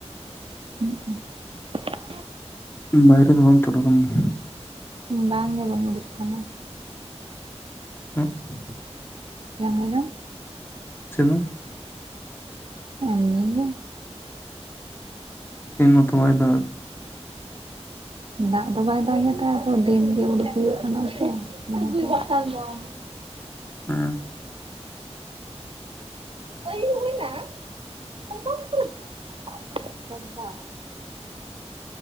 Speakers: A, on the right; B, on the left.
A: <inaudible>
B: ᱵᱟᱭᱨᱮ ᱫᱚ ᱵᱟᱢ ᱛᱩᱫ ᱠᱟᱱ ᱫᱚ?
A: ᱵᱟᱝᱜᱮ ᱵᱟᱹᱧ ᱩᱰᱩᱠ ᱠᱟᱱᱟ᱾
B: <inaudible>
A: ᱪᱮᱫ ᱮᱢ ᱞᱟᱹᱭᱫᱟᱢ?
B: <inaudible>
A: ᱮᱢᱱᱤ ᱜᱮ᱾
B: ᱫᱤᱱ ᱢᱚᱛᱚ ᱵᱟᱭ <inaudible>
A: ᱫᱟᱜ ᱫᱚ ᱵᱟᱭ ᱫᱟᱜᱮᱜᱟ ᱟᱫᱚ ᱫᱤᱱ ᱜᱮ ᱩᱰᱩᱠ ᱦᱩᱭᱩᱜ ᱠᱟᱱᱟ ᱥᱮ ᱚᱱᱟᱠᱚ᱾
B: ᱦᱮᱸ᱾
A: <inaudible>